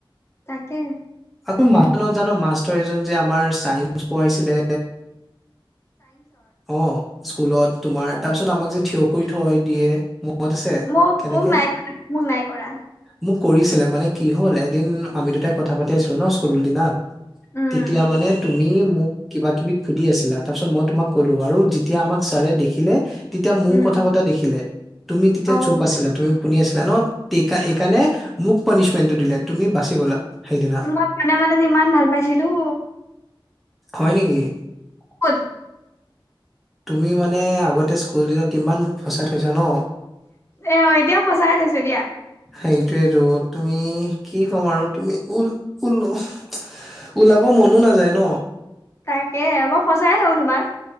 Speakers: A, on the left; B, in the centre.
A: তাকে
B: আকৌ মা ন জান মাষ্টৰ এজন যে আমাৰ চাইন্স পঢ়াইছিলে। অ স্কুলত তোমাৰ তাৰপিছত আমাক যে থিয় কৰি থয় দিয়ে। মত আছে
A: মোক
B: কেনেকে
A: মোক নাই কৰা মোক নাই কৰা
B: মোক কৰিছিলে মানে কি হ'ল এদিন আমি দুটাই কথা পাতি আছিলো ন স্কুল দিনাত
A: উম
B: তেতিয়া মানে তুম মি মোক কিবা কিবি সুধি আছিলা তাৰ পিছত মই তোমাক কলো আৰু যেতিয়া আমাক ছাৰে দেখিলে তেতিয়া মো
A: উম
B: কথা পতা দেখিলে। তুমি তেতিয়া
A: অ
B: চুপ আছিলা, তুমি শুনি আছিলা ন, তি এইকাণে। মোক পানিচমেণ্টটো দিলে, তুমি বাচি গ'লা। সেইদিনা
A: মই মনে মনে যে ইমান ভাল পাইছিলোঁ।
B: হয় নেকি?
A: কুত
B: তুমি মানে আগতে স্কুল দিনত ইমান মোক ফচাই থৈছা ন'।
A: এ, এতিয়াও ফচাই থৈছো দিয়া।
B: সেইটোয়েতো তুমি কি ক'ম আৰু। তুমি ওল ওল-ওলাব মনো নাযায় ন'।
A: তাকেহে মই ফচাইয়ে থওঁ তোমাক।